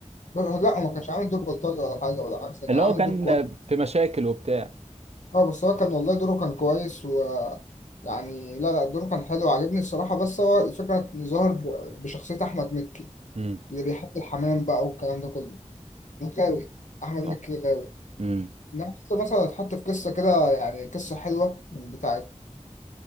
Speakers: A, on the left (about 80°); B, on the right (about 60°).
A: بص- لا هو ما كانش عامل دور بلطجي ولا حاجه ولا عكس كان
B: اللي
A: عامل
B: هو كان
A: دور كويس
B: في مشاكل وبتاع
A: اه بس هو كان والله دوره كان كويس و يعني لا لا دوره كان حلو وعجبني الصراحة بس هو الفكرة إنه ظهر ب- بشخصية أحمد مكي
B: امم
A: اللي بيحب الحمام بقى والكلام ده كله غاوي أحمد مكي
B: صح
A: غاوي
B: امم
A: إنما حتى مثلا اتحط في قصة كده يعني قصة حلوة من بتاعة